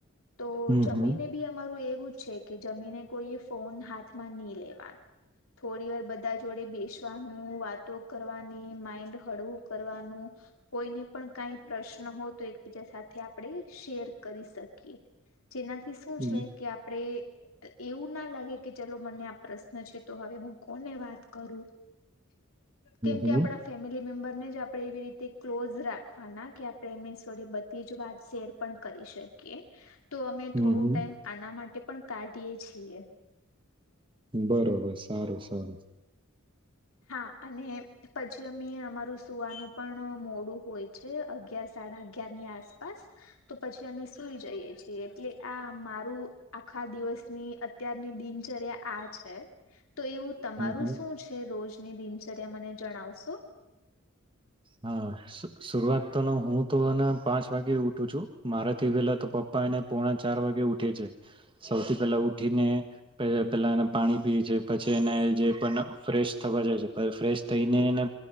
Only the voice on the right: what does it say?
હમ
હમ હમ
હમ
હમ
હમ
બરોબર સારું સારું
હમ હમ
હા શ શરૂઆત તો હું તો એને પાંચ વાગે ઉઠું છું મારા થી પેલા તો પપ્પા એને પોણા ચાર વાગે ઉઠે છે સૌથી પેલા ઉઠીને પેલા એના પાણી પી છે પછી એને જે પણ ફ્રેશ થવા જાય છે ફ્રેશ થઈને ને